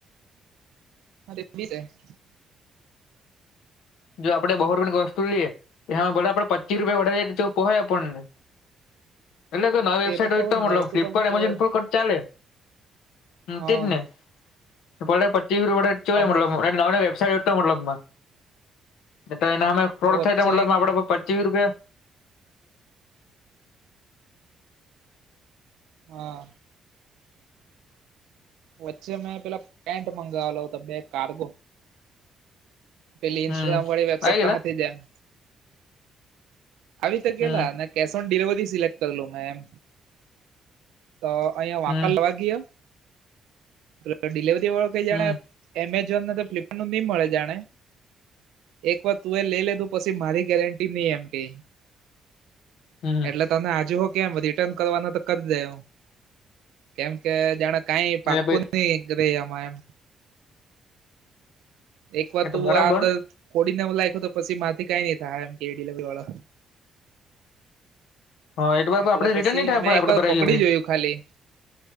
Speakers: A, on the right; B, on the left.
A: હા <unintelligible>
B: જો આપણે બહો રૂપિયા ની વસ્તુ લઈએ તો એમાં ભલે આપડે પચી રૂપિયા વધીએ તો પોહાય આપડ ને. એટલે કોઈ
A: તે
B: વેબસાઈટ હોય
A: તેવું
B: તો
A: જ
B: મતલબ
A: ને વસ્તુ
B: ફિલપકાર્ટ
A: તો
B: એમેઝોન
A: જોવાય
B: પર કર ચાલે હ
A: હા
B: તેજને બલે પચીસ રોડે
A: હમણાં
B: <unintelligible> વેબસાઇટ મતલબ માં એટલે એને અમે ફોર્ડ
A: વચ્ચે
B: થાય તો મતલબ આપડે પચીસ રૂપિયા
A: હા. વચ્ચે મેં પેલા પેન્ટ મંગાવેલો હતો બે કાર્ગો. પેલી ઇન્સ્ટાગ્રામ
B: હમ
A: વાળી વેબસાાઈટ
B: આવી ગયેલા
A: થઇ જાય એમ. આવી તો ગેલા
B: હમ
A: ને કેશ ઓન ડિલેવરી સિલેક્ટ કરેલુ મે એમ. તો અહિયાં વાંકણ
B: હમ
A: લવ ગીયો પ ડિલિવરી વાળો કઈ જાણ
B: હમ
A: એમેઝોન ને તો ફ્લિપકાર્ટ નું નહી મળે જાણે એક વાર તું એ લઈ લેધું પછી મારી ગેરંટી નહી એમ કે
B: હમ
A: એટલે તને આજુ હો કેમ રિટર્ન કરવાનો તો કરી દે હું, કેમ કે જાણે કઈ પાકું
B: એટલે ભઈ
A: નહી ર મામ <inaudible> એક વાર
B: એ
A: તું
B: તો બરાબર
A: આ અંદર કોડીને લાયક તો પછી માંથી કઈ નઈ થાય એમ કે ડિલવરી વાળો
B: હા એ બરાબર
A: એટલે
B: આપડે
A: પછી
B: રિટર્ન નહી થાય
A: મેં એક
B: આપડે
A: વાર
B: ભરાઈ
A: પકડી
B: ગયું
A: જોયું. ખાલી